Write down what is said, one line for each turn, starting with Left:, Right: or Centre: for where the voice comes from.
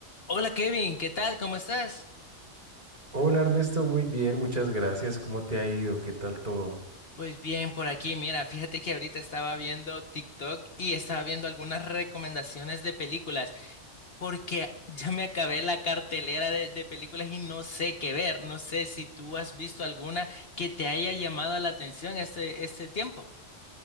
Left: Hola Kevin, ¿qué tal? ¿Cómo estás?
Right: Hola Ernesto, muy bien, muchas gracias. ¿Cómo te ha ido? ¿Qué tal todo?
Left: Pues bien, por aquí, mira, fíjate que ahorita estaba viendo TikTok y estaba viendo algunas recomendaciones de películas, porque ya me acabé la cartelera de, de películas y no sé qué ver. No sé si tú has visto alguna que te haya llamado la atención este, este tiempo.